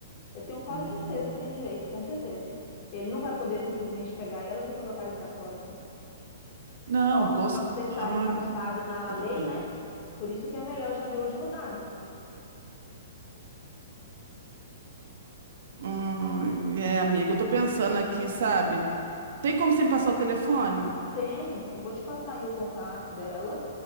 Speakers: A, on the left (about 30°); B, on the right (about 65°).
A: Eu tenho quase
B: Hum.
A: certeza que tem direito, com certeza. Ele não vai poder simplesmente pegar elas e colocarem para fora assim.
B: Não,
A: Só
B: com...
A: para
B: cer-
A: você estarem
B: Ai,
A: calçado na, na
B: será?
A: lei, né? Por isso que é melhor já ver o advogado.
B: Ai, é, amiga, eu tô pensando aqui, sabe? Tem como você me passar o telefone?
A: Tem, eu vou te passar aí o contato dela.